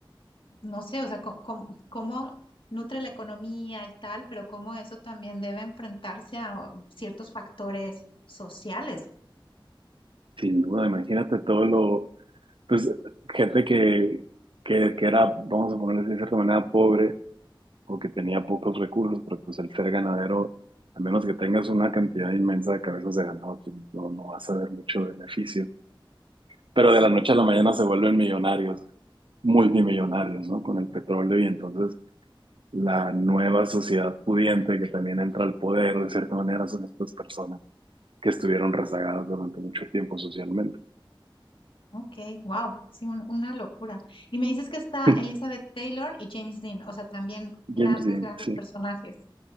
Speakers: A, on the left; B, on the right.
A: no sé, o sea, co- cómo, cómo nutre la economía y tal, pero cómo eso también debe enfrentarse a ciertos factores sociales.
B: sin duda, imagínate todo lo, pues gente que, que, que era, vamos a ponerle de cierta manera, pobre o que tenía pocos recursos, pero pues el ser ganadero, a menos que tengas una cantidad inmensa de cabezas de ganado, pues no, no vas a ver mucho beneficio. pero de la noche a la mañana se vuelven millonarios, multimillonarios, ¿no? Con el petróleo y entonces la nueva sociedad pudiente que también entra al poder, de cierta manera, son estas personas que estuvieron rezagadas durante mucho tiempo socialmente.
A: Ok, wow, sí, un- una locura. Y me dices que está
B: <laughs>
A: Elizabeth Taylor y James Dean, o sea, también grandes,
B: James Dean,
A: grandes
B: sí.
A: personajes.